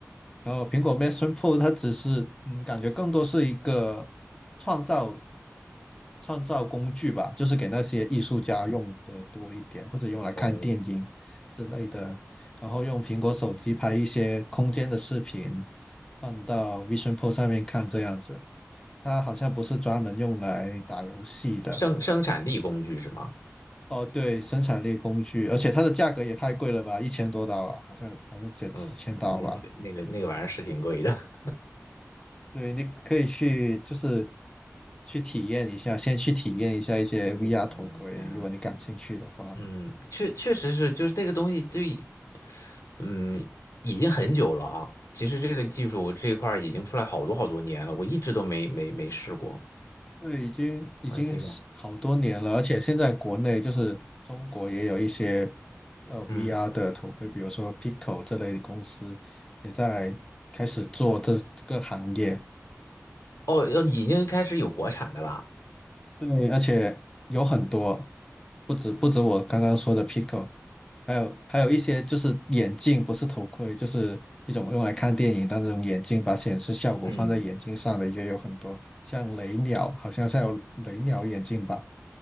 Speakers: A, on the left; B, on the left.
A: 然后苹果 Vision Pro 它只是，嗯，感觉更多是一个创造创造工具吧，就是给那些艺术家用的多一点，或者用来看电影之类的。
B: 哦，
A: 然后用苹果手机拍一些空间的视频，放到 Vision Pro 上面看，这样子。它好像不是专门用来打游戏的。
B: 生生产力工具是吗？
A: 哦，对，生产力工具，而且它的价格也太贵了吧，一千多刀啊，好像还是几几千刀吧。
B: 嗯，那那个那个那个玩意儿是挺贵的。
A: 对，你可以去就是去体验一下，先去体验一下一些
B: <laughs>
A: VR
B: 嗯
A: 头盔，如果你感兴趣的话。
B: 嗯，确确实是，就是这个东西就已，嗯，已经很久了啊。其实这个技术这一块儿已经出来好多好多年了，我一直都没没没试过。
A: 对，已经已经是好多年了，
B: 我也挺想，
A: 而且现在国内就是中国也有一些呃 VR
B: 嗯，
A: 的头盔，比如说 Pico 这类的公司也在开始做这这个行业。
B: 哦，要已经开始有国产的啦。
A: 对，而且有很多，不止不止我刚刚说的 Pico，还有还有一些就是眼镜，不是头盔，就是一种用来看电影的那种眼镜，把显示效果放在眼镜上的也有很多，
B: 嗯，
A: 像雷鸟，好像是有雷鸟眼镜吧，